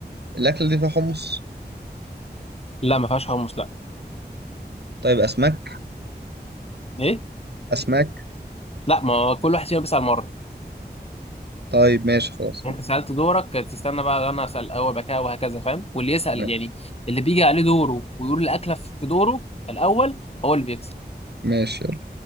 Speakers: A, on the right; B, on the left.
A: الأكلة دي فيها حمص
B: لا ما فيهاش حمص لا
A: طيب أسماك
B: ايه
A: أسماك
B: لا ما هو كل واحد فينا بيسال مره
A: طيب ماشي خلاص
B: يعني انت سالت دورك تستنى بقى انا اسال الاول بقى كده وهكذا فاهم واللي يسال
A: ماشي
B: يعني اللي بيجي عليه دوره ويقول الاكله في دوره الاول هو اللي بيكسب
A: ماشي يلا